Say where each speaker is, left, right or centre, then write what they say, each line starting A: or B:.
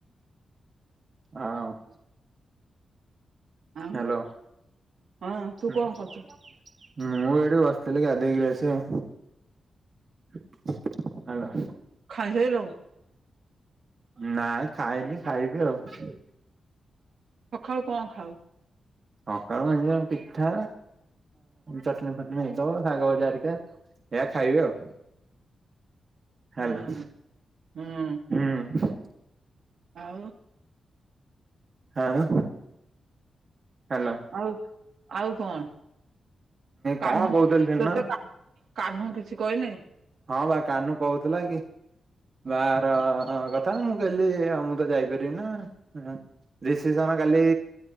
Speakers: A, on the right; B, on the right.
A: ଆ ହଁ
B: ଆଉ
A: ହ୍ୟାଲୋ
B: ହଁ ତୁ
A: ମୁଁ
B: କଣ କରୁଛୁ?
A: ଏଇଠି ବସିଥିଲି ଗାଧେଇ କିରି ଆସି ଆଉ ହ୍ୟାଲୋ
B: ଖାଇ ସାରିଲୁ?
A: ନାଇଁ ଖାଇନି ଖାଇବି ଆଉ।
B: ସଖାଳୁ କଣ ଖାଉ?
A: ସକାଳୁ ଏଇ ଜଉ ପିଠା ଚଟଣି ଫଟଣି ହେଇଥିବ ଶାଗ ଭଜା ହେରିକା ଏଇଆ ଖାଇବି ଆଉ। ହ୍ୟାଲୋ
B: ହୁଁ ହୁଁ
A: ହୁଁ
B: ଆଉ
A: ଆଉ ହାଲୋ।
B: ଆଉ ଆଉ କଣ? କାହ୍ନୁ
A: କଣ କହୁଥିଲି ସେଦିନ
B: ତତେ କା କାହ୍ନୁ କିଛି କହିନି।
A: ହଁ ବା କାହ୍ନୁ କହୁଥିଲା କି ବାହାଘର କଥା ମୁଁ କହିଲି ଆଉ ମୁଁ ତ ଯାଇପାରିବି ନା ଆଁ। ରିସିପସନ କାଲି